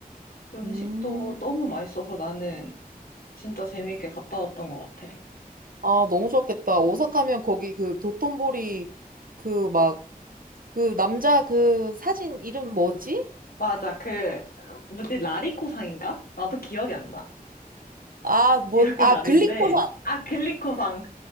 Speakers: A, on the left; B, on the right.
A: 음식도
B: 음.
A: 너무 맛있어서 나는 진짜 재미있게 갔다 왔던 것 같아.
B: 아, 너무 좋았겠다. 오사카면 거기 그 도톤보리 그 막 그 남자 그 사진 이름 뭐지?
A: 맞아 그 뭐지 라리코상인가? 나도 기억이 안 나.
B: 아, 뭐,
A: 기억은
B: 아,
A: 아닌데
B: 글리코
A: 아 글리코상